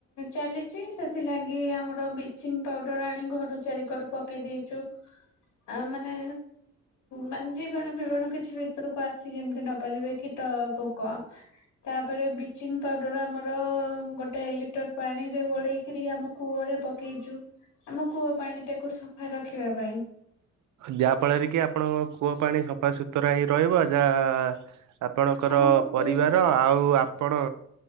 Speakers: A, on the left (about 75°); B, on the right (about 75°).
A: ଚାଲିଛି ସେଥିଲାଗି ଆମର ବି ବଚିଙ୍ଗ ପାଉଡର ଆଣି ଘର ଚାରିିକ ପକେଇ ଦେଇଛୁ। ଆ ମାନେ ମାନେ ଜୀବାଣୁ ପିବାଣୁ କିଛି ଭିତରକୁ ଆସି ଯେମିତି ନ ପାରିବେ। କୀଟ ପୋକ। ତାପରେ ବ୍ଲିଚିଙ୍ଗ ପାଉଡର ଆମର ଗୋଟେ ଲିଟର ପାଣିରେ ଗୋଳେଇକରି ଆମ କୂଅରେ ପକେଇଛୁ ଆମ କୂଅ ପାଣି ଟାକୁ ସଫା ରଖିବା ପାଇଁ
B: ଯାହାଫଳରେ କି ଆପଣଙ୍କ କୂଅ ପାଣି ସଫାସୁତୁରା ହେଇ ରହିବ ଯାହା ଆପଣଙ୍କର
A: ଆମକୁ ପିଇ
B: ପରିବାର ଆଉ ଆପଣ